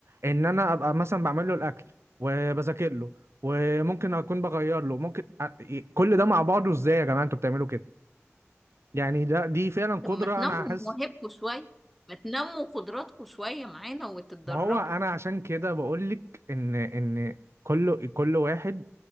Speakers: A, on the right; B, in the centre.
A: ان انا ابقى مثلا بعمل له الاكل وبذاكر له وممكن اكون بغير له ممكن أ- كل ده مع بعضه ازاي يا جماعه انتوا بتعملوا كده يعني ده دي فعلا قدره
B: طب ما تنموا
A: انا حاسس
B: مواهبكم شوية ما تنموا قدراتكم شوية معانا وتتدربوا
A: ما هو انا عشان كده بقول لك ان ان كل كل واحد